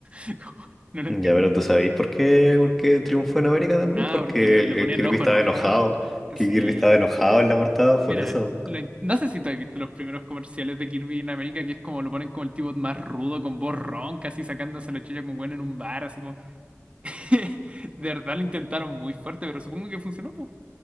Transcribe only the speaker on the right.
<laughs> Como, no lo
entiendo.
Ah,
porque lo-
le ponían
el ojo
enojado.
Sí.
Mira,
lo in- no sé si tú has visto los primeros comerciales de Kirby en América, que es como lo ponen como el tipo más rudo, con voz ronca, así sacándose la chulla con Gwen en un bar, así como... <laughs> De verdad lo intentaron muy fuerte, pero supongo que funcionó, pues.